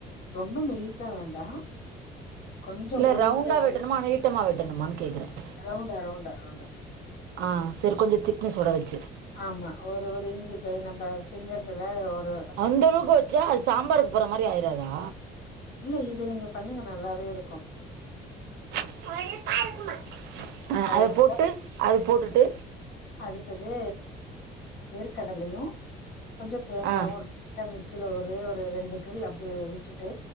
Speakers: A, on the left; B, on the right.
A: ரொம்ப மெல்லிசா வேண்டா கொஞ்சொ
B: இல்ல
A: ஒரு
B: ரவுண்டா
A: இன்ச் அளவு
B: வெட்டணுமா நீட்டமா வெட்டணுமான்னு கேக்குறேன்
A: ரௌண்டா ரௌண்டா ரௌண்டா
B: ஆ செரி கொஞ்சோ திக்னஸ் ஓட வெச்சு
A: ஆமா ஒரு ஒரு இஞ்சு கை நம்ம ஃபிங்கர்ஸ்ல ஒரு
B: அந்த அளவுக்கு வச்சா அது சாம்பாருக்கு போற மாரி ஆயிராதா
A: இல்ல இது நீங்க பண்ணுங்க நல்லாவே இருக்கு
B: <unintelligible> ஆ
A: அதோட
B: அதை
A: <unintelligible>
B: போட்டு
A: கொஞ்
B: அது போட்டுட்டு
A: அடுத்தது வேர்க் கடலையு கொஞ்ச தேங்காவு
B: ஆ
A: லை ட்டா மிக்சியில ஒரே ஒரு ரெண்டு கிரில் அப்டியே விட்டுட்டு